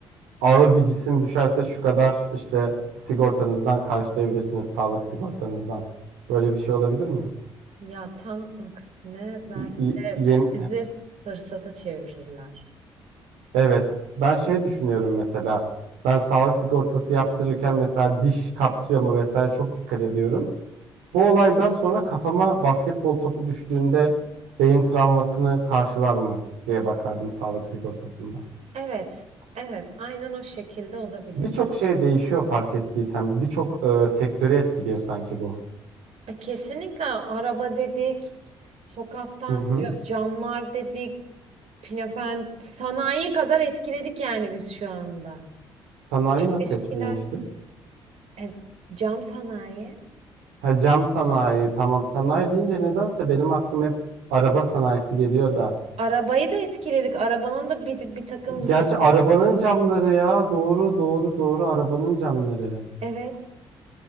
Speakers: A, on the right; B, on the right.
A: ağır bir cisim düşerse şu kadar işte sigortanızdan karşılayabilirsiniz, sağlık sigortanızdan. Böyle bir şey olabilir mi?
B: Ya tam aksine belki
A: Y- y-
B: de
A: yeni,
B: krizi fırsata çevirirler.
A: Evet. Ben şey düşünüyorum mesela. Ben sağlık sigortası yaptırırken mesela diş kapsıyor mu vesaire çok dikkat ediyorum. Bu olaydan sonra kafama basketbol topu düştüğünde beyin travmasını karşılar mı diye bakardım sağlık sigortasında.
B: Evet, evet, aynen o şekilde olabilir.
A: Birçok şey değişiyor fark ettiysen. Birçok e, sektörü etkiliyor sanki bu.
B: E, Kesinlikle araba dedik, sokaktan
A: Hı hı.
B: ca- camlar dedik, pinapen sanayi kadar etkiledik yani biz şu anda.
A: Sanayi nasıl
B: Eskiler.
A: etkilemiştik?
B: E, cam sanayi.
A: Ha cam sanayi tamam sanayi deyince nedense benim aklım hep araba sanayisi geliyor da
B: Arabayı da etkiledik. Arabanın da bir, bir takım zı-
A: Gerçi arabanın camları ya. Doğru doğru doğru arabanın camları.
B: Evet,